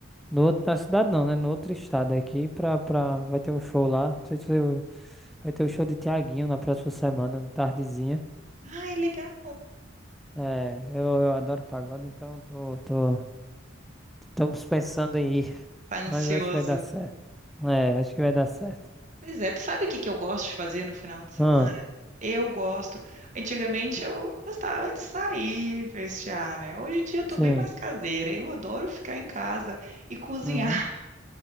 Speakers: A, in the centre; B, on the right (about 40°).
A: no outro, na cidade não, né? No outro estado aqui, pra, pra, vai ter um show lá. Não sei se eu- vai ter o show de Tiaguinho na próxima semana, tardezinha.
B: Ai, legal.
A: É, eu, eu adoro pagode, então tô, tô Estamos pensando em ir,
B: Tá ansioso.
A: mas acho que vai dar certo. É, acho que vai dar certo.
B: Pois é, tu sabe o que que eu gosto de fazer no final de semana?
A: Ah,
B: Eu gosto. Antigamente eu gostava de sair, festear, né? Hoje em dia eu tô
A: sim.
B: bem mais caseira. Eu adoro ficar em casa e cozinhar.
A: Uhum.